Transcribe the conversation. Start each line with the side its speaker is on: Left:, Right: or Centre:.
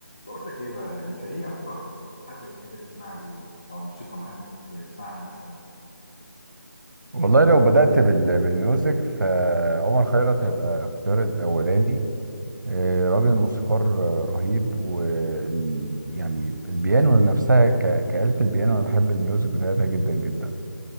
Left: بقول لك ايه بقى انت ايه اكتر حد بتحب تسمع له او موسيقى معينه بتحب تسمعها مثلا
Right: والله لو بدأت بال- بالميوزك فعمر خيرت هيبقى اختيار الأولاني آه، راجل موسيقار آه، رهيب وال يعني البيانو نفسها ك- كآلة البيانو أنا بحب الميوزك بتاعتها جدا جدا